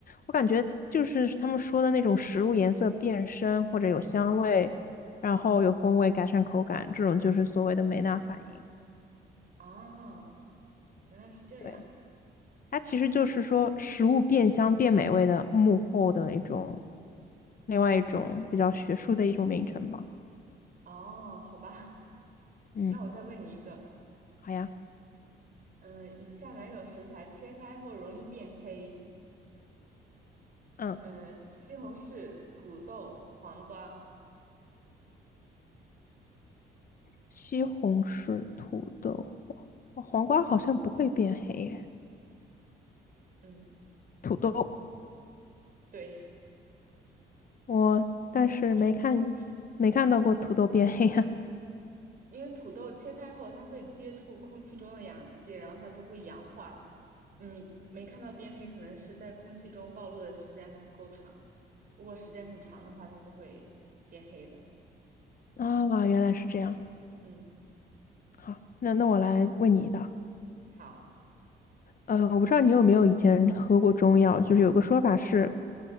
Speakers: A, on the left; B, on the right.
A: 我感觉就是他们说的那种食物颜色变深或者有香味，然后有风味改善口感，这种就是所谓的梅纳反应。
B: 啊，原来是这样。
A: 对，它其实就是说食物变香变美味的幕后的一种，另外一种比较学术的一种名称吧。
B: 哦，好吧，<laughs>
A: 嗯，
B: 那我再问你一个。
A: 好呀，
B: 嗯，以下哪种食材切开后容易变黑？
A: 嗯，
B: 嗯，西红柿、土豆、黄瓜。
A: 西红柿、土豆、黄瓜，黄瓜好像不会变黑耶。
B: 嗯，
A: 土豆，
B: 对，
A: 我但是没看没看到过土豆变黑呀。
B: 你，嗯。因为土豆切开后，它会接触空气中的氧气，然后它就会氧化。你没看到变黑，可能是在空气中暴露的时间还不够长。如果时间很长的话，它就会变黑了。
A: 啊，原来是这样。
B: 嗯，
A: 好，那那我来问你一道。
B: 好，
A: 呃，我不知道你有没有以前喝过中药，就是有个说法是，